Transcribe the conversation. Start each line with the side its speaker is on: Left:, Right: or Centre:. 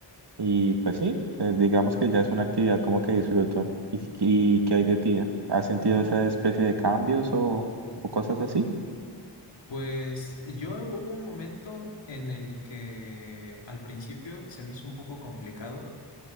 Right: y pues sí, pues, digamos que ya es una actividad como que disfruto. ¿Y, y qué hay de ti? ¿Has sentido esa especie de cambios o, o cosas así?
Left: Pues yo hubo un momento en el que al principio se me hizo un poco complicado